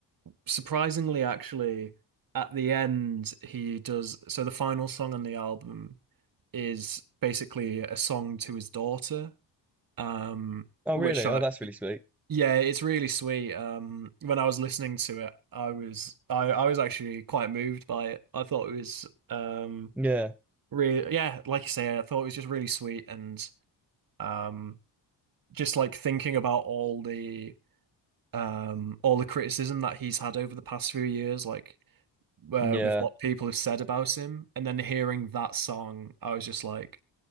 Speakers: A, on the right; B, in the centre.
A: surprisingly, actually, at the end, he does. So the final song on the album is basically a song to his daughter, um,
B: Oh,
A: which
B: really?
A: I,
B: Oh, that's really sweet.
A: yeah, it's really sweet. Um, when I was listening to it, I was, I, I was actually quite moved by it. I thought it was, um,
B: Yeah,
A: really, yeah, like you say, I thought it was just really sweet and, um, just like thinking about all the, um, all the criticism that he's had over the past few years, like uh,
B: yeah.
A: with what people have said about him. And then hearing that song, I was just like,